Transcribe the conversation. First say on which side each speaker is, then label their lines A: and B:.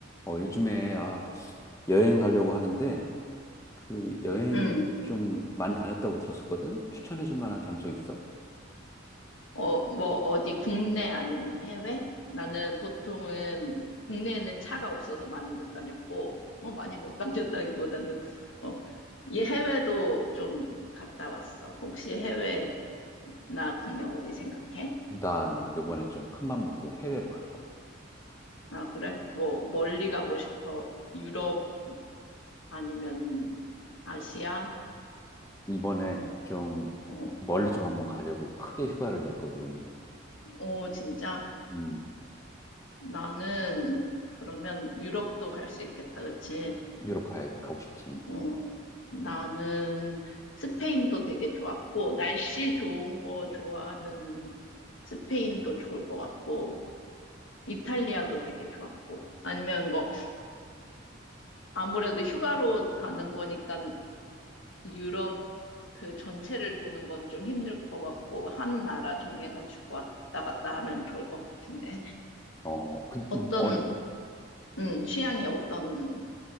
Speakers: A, on the left; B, on the left.
A: 어, 요즘에, 아, 여행 가려고 하는데, 그 여행
B: 음,
A: 좀 많이 다녔다고 들었었거든? 추천해줄 만한 장소 있어?
B: 어, 뭐, 어디 국내 아니면 해외? 나는 보통은 국내에는 차가 없어서 많이 못 다녔고, 뭐 많이 못 <laughs> 다녔다기보다는, 어, 이 해외도 좀 갔다 왔어. 혹시 해외나 국내 어디 생각해?
A: 나는 요번에 좀 큰 맘 먹고 해외로 가려고.
B: 아, 그래? 뭐, 멀리 가고 싶어. 유럽 아니면 아시아?
A: 이번에 좀
B: 어,
A: 멀리 좀 한번 가려고 크게 휴가를 냈거든.
B: 어, 진짜?
A: 음,
B: 나는 그러면 유럽도 갈 수 있겠다, 그치?
A: 유럽 가, 가고 싶지.
B: 어, 나는 스페인도 되게 좋았고, 날씨 좋은 거 좋아하면 스페인도 좋을 것 같고, 이탈리아도 되게 좋았고, 아니면 뭐, 아무래도 휴가로 가는 거니까 유럽 그 전체를 도는 건 좀 힘들 것 같고, 한 나라 정해가지고 왔다 갔다 하면 좋을 것 같은데.
A: 어, 그,
B: 어떤,
A: 음, 어,
B: 음, 취향이 어떤,